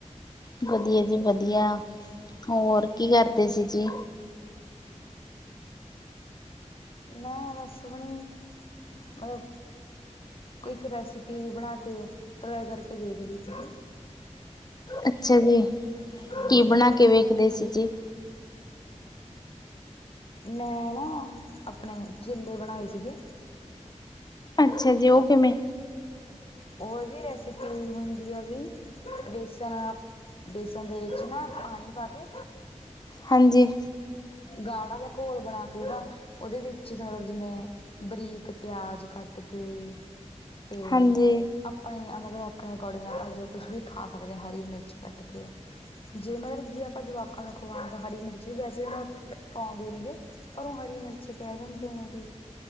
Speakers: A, on the left; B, on the left.
A: ਵਦੀਆ ਜੀ, ਵਦੀਆ ਹੋਰ ਕੀ ਕਰਦੇ ਸੀ ਜੀ?
B: ਮੈਂ ਬਸ ਹੂਣੀ ਮਲਬ ਕੋਈ ਇੱਕ ਰੈਸੀਪੀ ਜੀ ਬਣਾ ਕੇ, ਟ੍ਰਾਈ ਕਰਕੇ ਦੇਖਦੀ ਸੀਗੀ।
A: ਅੱਛਾ ਜੀ,
B: ਸੀਗੀ
A: ਕੀ ਬਣਾ ਕੇ ਵੇਖਦੇ ਸੀ ਜੀ?
B: ਮੈਂ ਨਾ, ਆਪਣੇ ਚਿਲੇ ਬਣਾਏ ਸੀਗੇ।
A: ਅੱਛਾ ਜੀ, ਓ ਕਿਮੇ?
B: ਓ ਦੀ, ਰੈਸੀਪੀ ਹੁੰਦੀ ਹੈਗੀ ਬੇਸਨ ਆ ਬੇਸਣ ਦੇ ਵਿੱਚ ਨਾ, ਪਾਣੀ ਪਾ ਕੇ
A: ਹਾਂਜੀ।
B: ਗਾੜਾ ਜਾ ਘੋਲ਼ ਬਣਾ ਕੇ ਓਦਾ ਓਦੇ ਵਿੱਚ ਥੋੜੇ ਜੀਮੇਂ, ਬਰੀਕ ਪੇਆਜ ਕੱਟ ਕੇ ਤੇ
A: ਹਾਂਜੀ
B: ਆਪਣੇ ਅ ਮਤਲਬ ਆਪਣੇ ਅਕੋਡਿੰਗ ਆਪਾਂ ਜੋ ਕੁਸ਼ ਵੀ ਖਾ ਸਕਦੇ ਆਂ ਹਰੀ ਮਿਰਚ ਕੱਟ ਕੇ ਜੇ ਮਲਬ ਜੇ ਆਪਾਂ ਜਵਾਕਾਂ ਨੂੰ ਖਵਾਓਣਾ ਗਾ ਹਰੀ ਮਿਰਚ ਵੀ ਵੈਸੇ ਵ, ਤਾਂ ਪਾਂਦੇ ਨੀ ਗੇ ਪਰ ਓ ਹਰੀ ਮਿਰਚ ਕੈ ਦੰਦੇ ਨੇ ਬੀ,